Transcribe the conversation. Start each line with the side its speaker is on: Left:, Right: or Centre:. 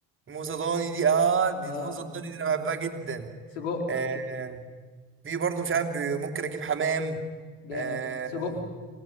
Right: موزه ضاني دي اه دي
Left: اه
Right: موزه الضاني دي انا بحبها جدا
Left: سجق
Right: آه،
Left: ك-
Right: آه، في برضو مش عارف بي- ممكن اجيب حمام
Left: جامد
Right: آه،
Left: سجق